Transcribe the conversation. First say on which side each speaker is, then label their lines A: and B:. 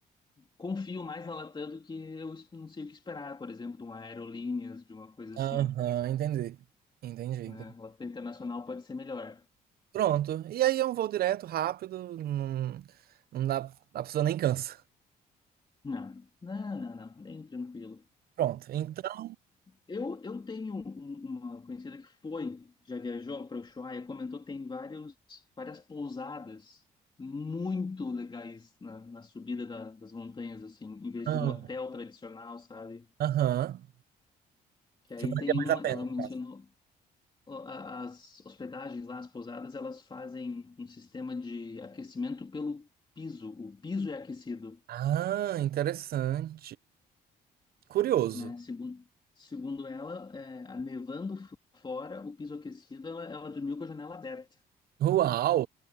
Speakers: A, on the left; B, on the right.
A: confio mais na Latam do que eu es- não sei o que esperar, por exemplo, de uma Aerolíneas, de uma coisa assim,
B: Aham, entendi. Entendi,
A: né?
B: entendi.
A: Latam Internacional pode ser melhor.
B: Pronto. E aí é um voo direto, rápido, não, não dá, a pessoa nem cansa.
A: Não, não, não, não, bem tranquilo.
B: Pronto. Então,
A: Eu, eu tenho um- uma conhecida que foi, já viajou para Ushuaia, comentou que tem vários, várias pousadas muito legais na, na subida da- das montanhas, assim, em vez
B: aham.
A: de um hotel tradicional, sabe?
B: aham,
A: Que aí
B: que valeria
A: tem
B: mais
A: uma,
B: a pena,
A: ela mencionou
B: no caso.
A: ó, a- as hospedagens lá, as pousadas, elas fazem um sistema de aquecimento pelo piso. O piso é aquecido,
B: Ah, interessante. Curioso.
A: né? Segundo, segundo ela, é, a nevando f- fora, o piso aquecido, ela, ela dormiu com a janela aberta.
B: Uau!